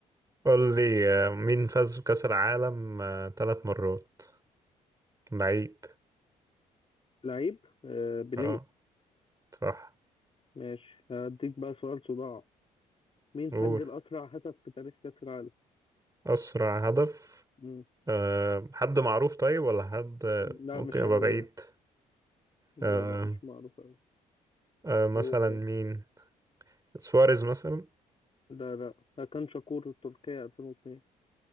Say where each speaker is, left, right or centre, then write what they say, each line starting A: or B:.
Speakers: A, on the right; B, on the left.
A: قول لي آه، مين فاز بكأس العالم آه ثلاث مرات لعيب
B: لعيب آه بيليه
A: اه صح
B: ماشي هديك بقى سؤال صداع مين
A: قول
B: سجل أسرع هدف في تاريخ كأس العالم؟
A: أسرع هدف
B: مم.
A: آه حد معروف طيب ولا حد آه،
B: لا
A: ممكن
B: مش
A: يبقى
B: قوي
A: بعيد
B: يعني لا
A: آه
B: لا مش معروف قوي
A: آه مثلا
B: أو أو
A: مين سواريز مثلا
B: لا لا ده كان شاكور التركية 2002